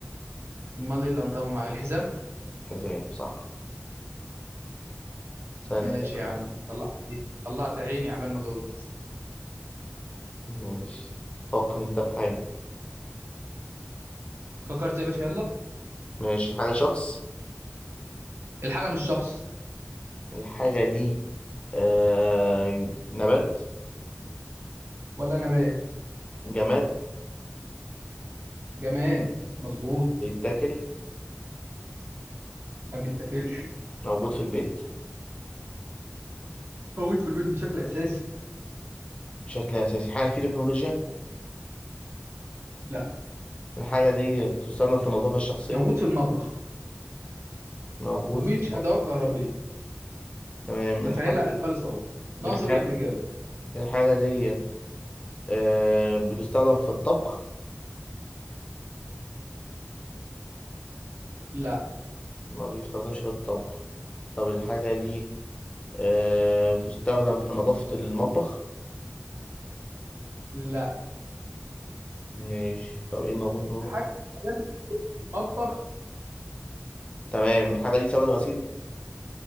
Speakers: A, on the right (about 65°); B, on the left (about 25°).
A: امال ايه اللي انطبق معايا الحزام
B: حزام صح سنة
A: ماشي
B: كده
A: يا عم طلعت طلعت عيني عبال ما جاوبت
B: ماشي فكر انت في حاجة
A: فكرت يا باشا يلا
B: ماشي الحاجة شخص
A: الحاجة مش شخص
B: الحاجة دي آه... نبات
A: ولا نبات
B: جماد
A: جماد مظبوط
B: بيتاكل
A: ما بيتاكلش
B: موجود في البيت
A: موجود في البيت بشكل اساسي
B: بشكل أساسي حاجة في تكنولوجيا
A: لا
B: الحاجة دي تستخدم في النظافة الشخصية
A: موجود في المطبخ
B: موجود
A: ومش
B: في الطبخ
A: ادوات كهربية
B: تمام
A: بسهل
B: الحاجة
A: عليك خالص اهو ناقص
B: الحاجة
A: اقول لك الاجابة
B: الحاجة دي آه... بتستخدم في الطبخ
A: لا
B: ما بيستخدمش في الطبخ طب الحاجة دي آه بتستخدم في نظافة المطبخ
A: لا
B: ماشي طب ايه الموجود في المطبخ
A: حاجة حاجات في المطبخ
B: تمام الحاجة دي سبت غسيل